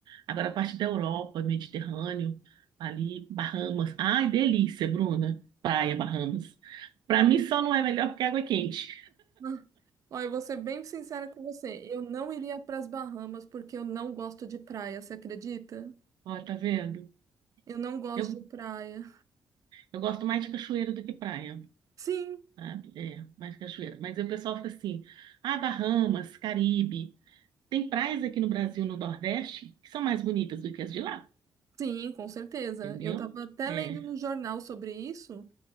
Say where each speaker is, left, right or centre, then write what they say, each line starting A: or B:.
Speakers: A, on the right (about 85°); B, on the right (about 50°).
A: Agora, a parte da Europa, Mediterrâneo, ali, Bahamas. Ai, delícia, Bruna. Praia, Bahamas. Pra mim só não é melhor porque a água é quente.
B: Ah, Olha, eu vou ser bem sincera com você. Eu não iria para as Bahamas porque eu não gosto de praia, você acredita?
A: Ó, tá vendo?
B: Eu não gosto
A: Eu,
B: de praia.
A: eu gosto mais de cachoeira do que praia,
B: Sim,
A: sabe? É, mais cachoeira. Mas aí o pessoal fica assim, ah, Bahamas, Caribe. Tem praias aqui no Brasil, no Nordeste, que são mais bonitas do que as de lá,
B: sim, com certeza.
A: entendeu?
B: Eu estava até
A: É,
B: lendo no jornal sobre isso.